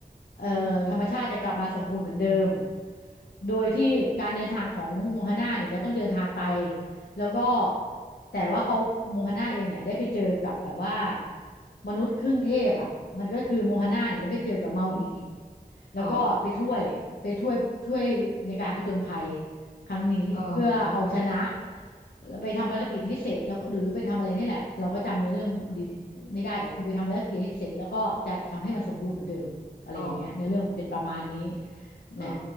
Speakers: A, on the left; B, on the left.
A: เอ่อธรรมชาติจะกลับมาสมบูรณ์เหมือนเดิม
B: อืม
A: โดยที่การเดินทางของโมฮาน่าเนี่ยจะต้องเดินทางไป แล้วก็แต่ว่าเขาโมฮาน่าเองเนี่ยได้ไปเจอกับแบบว่ามนุษย์ครึ่งเทพอ่ะมันก็คือโมฮาน่าเนี่ยได้ไปเจอกับเมาอีกแล้วก็ไปช่วยไปช่วยช่วยในการผจญภัย
B: อ๋อ
A: ครั้งนี้เพื่อเอาชนะ
B: อ๋อ
A: แล้วไปทำภารกิจให้เสร็จแล้วก็หรือไปทำอะไรเนี่ยแหละเราก็จำเนื้อเรื่องดีไม่ได้แต่คือไปทำภารกิจให้เสร็จแล้วก็จะทำให้มันสมบูรณ์เหมือนเดิมอะไรอย่างเงี้ยเนื้อเรื่องมันเป็นประมาณนี้
B: อ๋อ เออ
A: เนี่ย